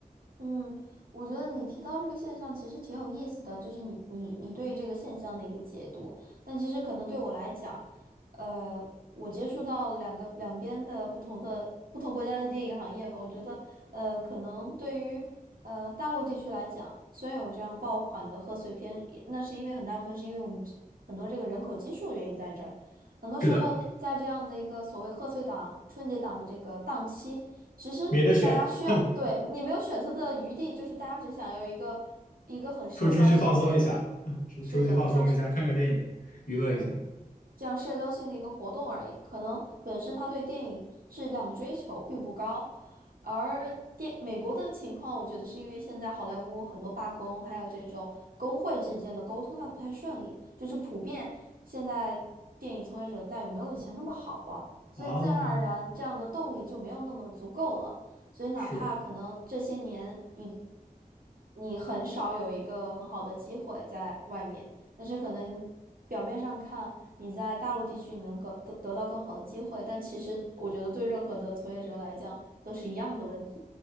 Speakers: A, on the right (about 70°); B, on the left (about 60°).
A: 嗯，我觉得你提到这个现象其实挺有意思的，就是你你你对于这个现象的一个解读。但其实可能对我来讲，呃，我接触到两个两边的不同的不同国家的电影行业吧，我觉得，呃，可能对于呃大陆地区来讲，虽然有这样爆款的贺岁片，那是因为很大部分是因为我们这很多这个人口基数的原因在这儿。很多时候，
B: 是的。
A: 在这样的一个所谓贺岁档、春节档的这个档期。其实大家需要，
B: 没得选，<laughs>
A: 对，你没有选择的余地，就是大家只想有一个一个很社交性的，
B: 出出去放松一下，<laughs> 出出去放松一下，
A: 是的，这样是，
B: 看看电影，娱乐一下。
A: 嗯。这样社交性的一个活动而已。可能本身他对电影质量的追求并不高，而电美国的情况，我觉得是因为现在好莱坞很多罢工，还有这种工会之间的沟通，它不太顺利，就是普遍现在电影从业者的待遇没有以前那么好啊，所以自然而然这样的动力就没有那么足够了。
B: 哦，
A: 所以哪怕可能这些年你
B: 是，
A: 你很少有一个很好的机会在外面。但是可能表面上看你在大陆地区你能更得得到更好的机会，但其实我觉得对任何的从业者来讲都是一样的问题，